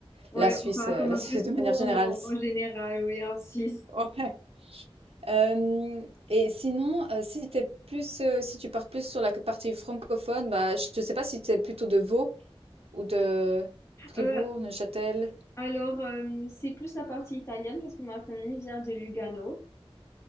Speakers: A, on the left; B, on the right.
A: Ouais,
B: la Suisse,
A: enfin,
B: euh,
A: comme
B: la
A: un
B: Suisse
A: peu
B: de manière
A: tout en,
B: générale, c'est-
A: en général, oui, en Suisse.
B: <laughs> Ouais. Hem et sinon, heu, si t'es plus, heu, si tu pars plus sur la partie francophone, bah, je ne sais pas si tu es plutôt de Vaud ou de Fribourg,
A: Euh,
B: Neuchâtel?
A: alors, euh, c'est plus la partie italienne parce que ma famille vient de Lugano.